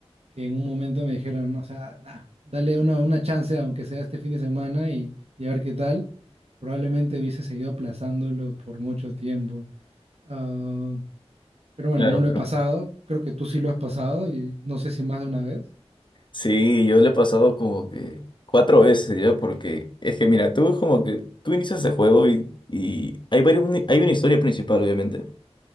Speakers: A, on the right; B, on the left.
A: que en un momento me dijeron, o sea, da- dale una, una chance, aunque sea este fin de semana, y, y a ver qué tal, probablemente hubiese seguido aplazándolo por mucho tiempo. Ah, pero bueno,
B: Claro,
A: no lo
B: pero...
A: he pasado, creo que tú sí lo has pasado, y no sé si más de una vez.
B: Sí, yo le he pasado como que cuatro veces ya, porque es que mira, tú como que tú inicias el juego y, y hay varios, ni- hay una historia principal, obviamente,